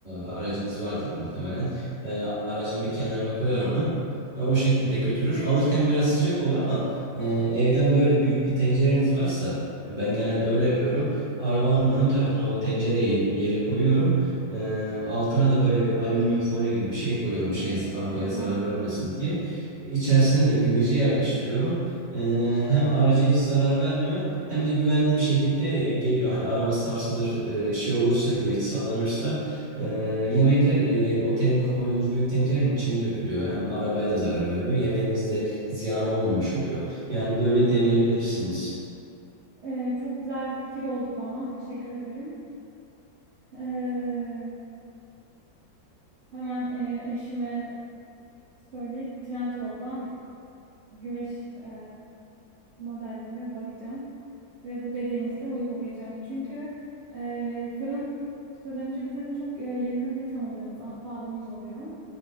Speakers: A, on the right; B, on the right.
A: aracınız vardır muhtemelen. E, aracın bir kenarına koyar onu. E, o şekilde götürür. Alırken biraz sıcak olur ama e, evden böyle büyük bir tencereniz varsa e, ben genelde öyle yapıyorum. Arabanın ön tarafına o tencereyi yere koyuyorum. E, altına da böyle bir alüminyum folyo gibi bir şey koyuyorum.
B: Evet,
A: Şey, arabaya
B: çok
A: zarar
B: mantıklı.
A: vermesin diye. İçerisine de güveci yerleştiriyorum. Ee, hem araca hiç zarar vermiyor hem de güvenli bir şekilde e, geliyor. Hani araba sarsılır, e, şey olursa güveç sallanırsa e, yemekler e, o ten koyduğunuz büyük tencerenin içine dökülüyor. Hem arabaya da zarar vermiyor. Yemeğiniz de ziyan olmamış oluyor. Yani böyle deneyebilirsiniz.
B: Ee, çok güzel bir fikir oldu bana. Teşekkür ederim. Ee, hemen e, eşime söyleyip Trendyol'dan güveç e, modellerine bakacağım ve bu dediğinizi de uygulayacağım. Çünkü e, fırın fırıncı bizim çok e, yakın bir tanıdığımız, ahbabımız oluyor.